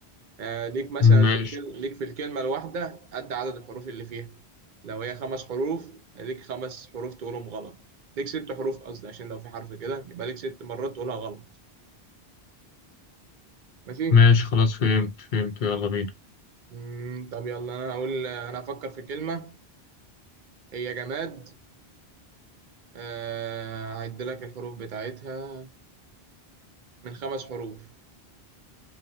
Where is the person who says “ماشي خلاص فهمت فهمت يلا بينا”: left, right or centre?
Left